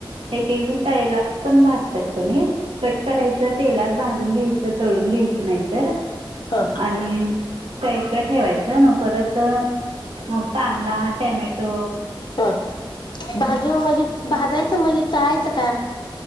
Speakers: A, on the right; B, on the left.
A: एक एक जण तेयलात पण भाजत्यात पनीर, कट करायचं तेलात भाजून घ्यायचं, तळून घ्याय नाय तर
B: हा
A: आणि साईटला ठेवायच, म परत त मग कांदा, टॅमेटो
B: हा भाजून म्हणजे, भाजायचं म्हजे तळायच का?